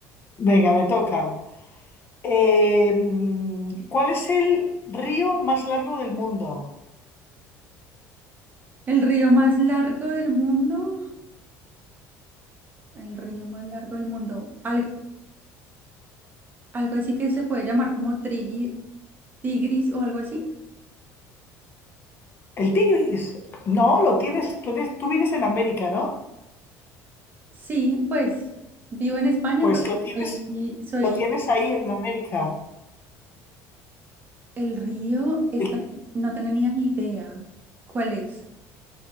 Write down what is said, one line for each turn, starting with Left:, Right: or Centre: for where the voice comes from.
Left: Venga, me toca. Eh, mm, ¿cuál es el río más largo del mundo?
Right: ¿El río más largo del mundo? El río más largo del mundo. Al- algo así que se puede llamar como trigui- Tigris o algo así.
Left: ¿El Tigris? No, lo tienes, tú, eres- tú vives en América, ¿no?
Right: Sí, pues vivo en España,
Left: Pues
Right: pero
Left: lo tienes,
Right: soy, soy...
Left: lo tienes ahí en América.
Right: El río está...
Left: El-
Right: no tenía ni idea cuál es.